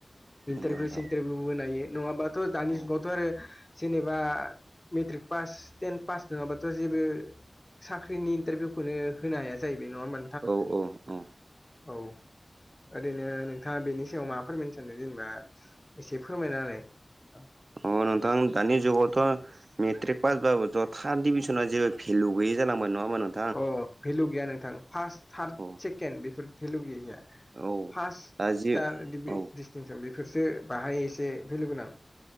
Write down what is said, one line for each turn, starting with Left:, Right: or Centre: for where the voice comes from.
Left: इन्टारभिउ
Right: नंगौ नोंथां
Left: सिन्टारभिउबो होनाय नङाबाथ' दानि
Right: औ
Left: जुगावथ' आरो जेनेबा मेट्रिक पास टेन पास नङाबाथ' जेबो साख्रिनि इन्टारभिउखौनो होनो हाया जाहैबाय नङा होम
Right: औ औ उम
Left: औ ओरैनो नोंथाङा बेनि सायाव मा फोरमायनो सानदों जेनेबा एसे फोरमायना होलाय। <inaudible>
Right: अ नोंथां दानि जुगावथ' मेट्रिक पासबाबो ज' थार्द डिभिनना जेबो भेलु गैयि जालांबाय नङा होनबा नों
Left: अ भेलु गैया नोंथां फार्स्ट थार्ड
Right: औ
Left: सेकेणड बेफोर भेलु गैयिया
Right: औ
Left: फास
Right: दा जि
Left: स्टार दिडिस्टिंसन
Right: औ
Left: बेफोरसो बाहाय एसे भेलु गोनां।